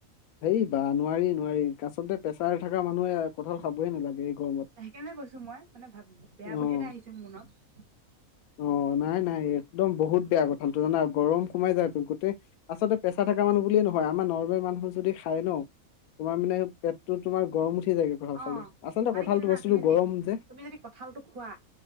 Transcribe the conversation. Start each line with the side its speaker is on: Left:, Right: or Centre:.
Left: হেই বাা নোৱাৰি নোৱাৰি কাছতে পেছাৰ থকা মানুহে কঁঠাল খাবহে নালাগে। গৰমত
Right: সেইকাৰণে গৈছো মই মানে ভাব বেয়া
Left: অ',
Right: বুটি এটা আহিছেো মোৰ মনত।
Left: অ, নাই নাই একদম বহুত বেয়া কথাালটো জানা গৰম সোমাই যায় গোটেই আচলতে প্ৰেছা থকা মানুহ বুলিয়ে নহয় আমাৰ নৰ্মেল মানুহ যদি খাই ন। তোমাৰ মানে পেটটো তোমাৰ গৰম উঠি যায়গে। কঁঠাল
Right: অ,
Left: খালে আচলতে
Right: 'মানে
Left: কঁঠালটো
Right: কি জানা
Left: বস্তুটো
Right: তুমি যদি
Left: গৰম যে
Right: তুমি যদি কঠালটো খোৱা।